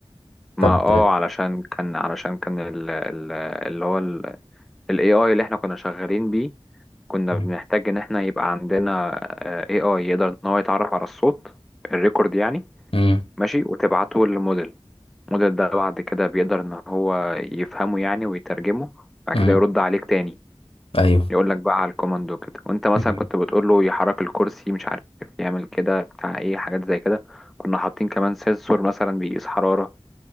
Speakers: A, in the centre; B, on the left (about 65°).
A: ما
B: طب
A: اه علشان كان علشان كان ال- ال- اللي هو ال AI اللي احنا كنا شغالين بيه كنا
B: امم
A: بنحتاج ان احنا يبقى عندنا آه، AI يقدر ان هو يتعرف على الصوت الريكورد يعني
B: امم
A: ماشي وتبعته للموديل الموديل ده بعد كده بيقدر ان هو يفهمه يعني ويترجمه بعد
B: امم
A: كده يرد عليك تاني
B: ايوه
A: يقول لك بقى على الكوماند وكده وانت مثلا
B: امم
A: كنت بتقول له يحرك الكرسي مش عارف يعمل كده بتاع ايه حاجات زي كده كنا حاطين كمان سنسور مثلا بيقيس حرارة